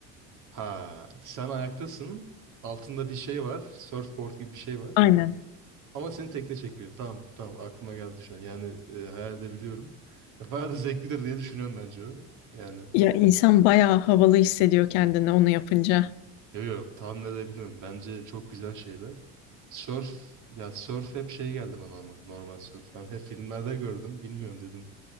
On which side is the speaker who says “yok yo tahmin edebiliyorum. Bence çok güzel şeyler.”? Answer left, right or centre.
Right